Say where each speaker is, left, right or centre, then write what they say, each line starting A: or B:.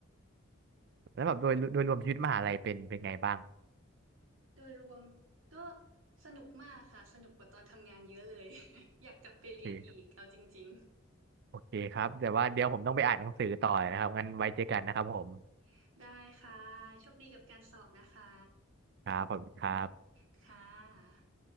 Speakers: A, on the right; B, on the right.
A: แล้วแบบโดยโดยรวมชีวิตมหาลัยเป็นเป็นไงบ้าง
B: โดยรวมก็สนุกมากค่ะสนุกกว่าตอนทำงานเยอะเลย <laughs> อยากกลับไปเรียนอีกเอาจริง
A: โอเคโอเคครับแต่ว่าเดี๋ยวผมต้องไปอ่านหนังสือต่อนะครับงั้นไว้เจอกันนะครับผม
B: ๆได้ค่ะโชคดีกับการสอบนะคะ
A: ครับผมคณครับ
B: ค่ะ